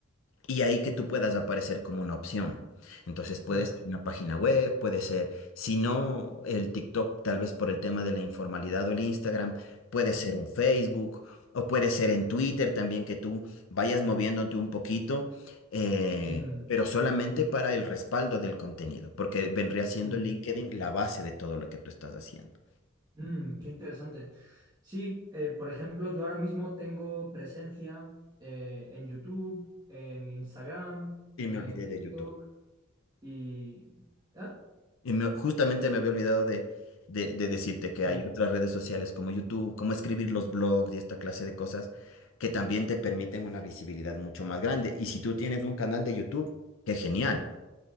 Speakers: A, on the left (about 70°); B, on the right (about 20°).
A: y ahí que tú puedas aparecer como una opción. Entonces puede
B: claro.
A: ser una página web, puede ser, si no el TikTok, tal vez por el tema de la informalidad o el Instagram, puede ser un Facebook o puede ser en Twitter también que tú vayas moviéndote un poquito, eh,
B: Mm,
A: pero solamente para el respaldo del contenido, porque vendría siendo
B: ujú,
A: LinkedIn la base de todo lo que tú estás haciendo.
B: mm, qué interesante. Sí, eh, por ejemplo, yo ahora mismo tengo presencia eh, en YouTube, en Instagram,
A: Y
B: en
A: me olvidé
B: TikTok
A: de YouTube.
B: y... ¿Ah?
A: Y me- justamente me había olvidado de, de, de decirte que
B: Sí.
A: hay otras redes sociales como YouTube, como escribir los blogs y esta clase de cosas que también te permiten una visibilidad mucho más grande. Y si tú tienes un canal de YouTube, qué genial.